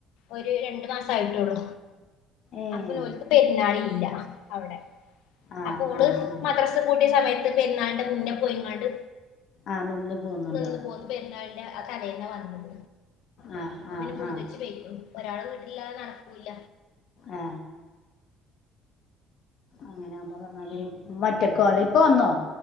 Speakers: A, on the left (about 80°); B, on the left (about 60°).
A: ഒരു രണ്ടു മാസായിട്ടൊളൂ
B: ഏഹ്
A: അപ്പൊ ഓൽക്ക് പെരുന്നാളില്ല അവിടെ
B: ആഹ്
A: അപ്പോ ഓള്
B: ആഹ് ആഹ്
A: മദ്രസ പൂട്ടിയ സമയ പെരുന്നാളിൻ്റെ മുന്നെ പോയിങ്ങാണ്ട്
B: ആ നിന്ന് പോന്നുണ്ടാവും
A: നിന്ന് പോന്ന് പെരുന്നാളിന്റെ ആ തലേന്നാ വന്നത്
B: ആ
A: അപ്പൊ
B: ആ
A: പിന്നെ മൂത്തേച്ചി
B: ആ
A: വേരും ഒരാള് വീട്ടില്ലാതെ നടക്കൂല്ല
B: ആ അങ്ങനൊവുമ്പന്നാതിന് മറ്റക്ക അല്ല ഇപ്പ വന്നോ